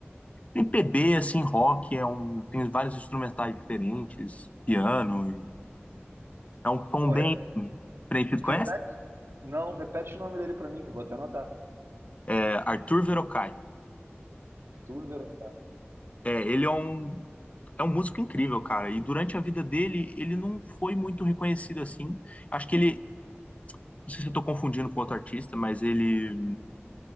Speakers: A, on the left (about 30°); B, on the right (about 70°).
A: MPB, assim, rock, é um, tem vários instrumentais diferentes, piano, e é um tom
B: Pô,
A: bem
B: re-
A: preenchido.
B: repete,
A: Conhece?
B: não, repete o nome dele pra mim, que eu vou até anotar.
A: É, Arthur Verocai.
B: Arthur Verão.
A: É, ele é um É um músico incrível, cara. E durante a vida dele, ele não foi muito reconhecido assim. Acho que ele, não sei se eu tô confundindo com outro artista, mas ele